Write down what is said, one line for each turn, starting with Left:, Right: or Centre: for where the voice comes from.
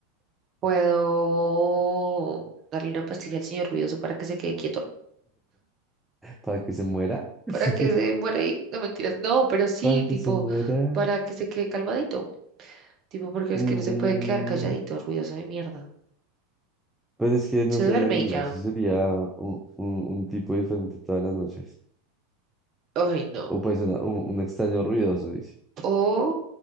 Right: ¿Puedo darle una pastilla al señor ruidoso para que se quede quieto?
Centre: Para que se muera. <laughs>
Right: ¿Para que se muera ahí? No, mentiras. No, pero sí,
Centre: Para que
Right: tipo,
Centre: se muera.
Right: para que se quede calmadito. Tipo, porque
Centre: Mm,
Right: es que no se puede quedar calladito, ruidoso de mierda.
Centre: pero es que no
Right: Se
Centre: sería
Right: duerme
Centre: el mismo.
Right: y ya.
Centre: Sí sería un, un- un tipo diferente todas las noches.
Right: Ay, no.
Centre: O pues una- un, un extraño ruidoso, dice.
Right: O